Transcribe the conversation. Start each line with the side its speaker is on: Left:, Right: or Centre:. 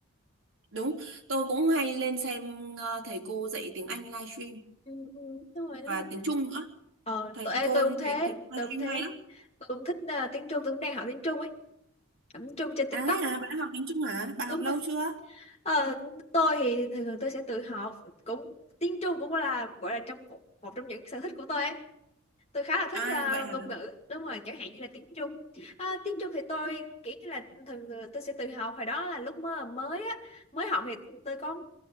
Right: đúng tôi cũng hay lên xem ờ, thầy cô dạy tiếng Anh livestream
Left: ừ, ừ, đúng rồi đúng
Right: và
Left: rồi
Right: tiếng Trung nữa
Left: Ờ,
Right: thầy
Left: tôi, ê,
Right: cô
Left: tôi
Right: thầy,
Left: cũng thế,
Right: thầy livestream
Left: tôi cũng thế.
Right: hay lắm
Left: Tôi cũng thích ờ, tiếng Trung, tôi cũng đang học tiếng Trung ấy. Học tiếng Trung trên TikTok.
Right: À thế à, bạn đã học tiếng Trung hả? Bà học
Left: Đúng
Right: lâu
Left: rồi.
Right: chưa?
Left: Ờ, tôi thì thường thường tôi sẽ tự học cũng tiếng Trung cũng là gọi là trong một, một trong những sở thích của tôi ấy tôi khá là
Right: À
Left: thích ờ,
Right: vậy hả?
Left: ngôn ngữ đúng rồi chẳng hạn như là tiếng Trung Ờ, tiếng Trung thì tôi kiểu như là thường tôi sẽ tự học hồi đó là lúc mới mới á mới học thì tôi có